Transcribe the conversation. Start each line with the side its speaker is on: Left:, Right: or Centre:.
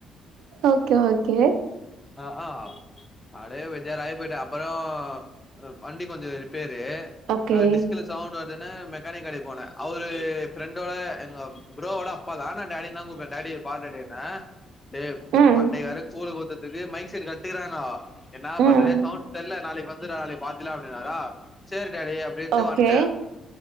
Right: ஓகே ஓகே
Left: அ ஆ ம் அப்டே பேஜாராய் போய்ட்டே அப்பறோ அ வண்டி கொஞ்சோ ரிப்பேரு
Right: ஓகே
Left: அ டிஸ்க்குல சவுண்ட் வர்துன்னு மெக்கானிக் கடைக் போனே அவுரு ஃப்ரண்டோட எங்க ப்ரோவோட அப்பா தா நா டாடின் தா கூப்டுவே டாடி பாரு டாடினே டே அ
Right: ம்
Left: மண்டே வேற கூழு ஊத் திடீர் மைக் செட்டு கட்டிக்கிறாங்கோ என்னா
Right: ம்
Left: பண்றத்னே சவுண்ட் தெர்ல நாளைக் வந்து ர்ரா நாளைக் பாத்திர்லா அப்டினாரா சேரி டாடி அப்டின்ட்டு
Right: ஓகே
Left: வந்ட்டே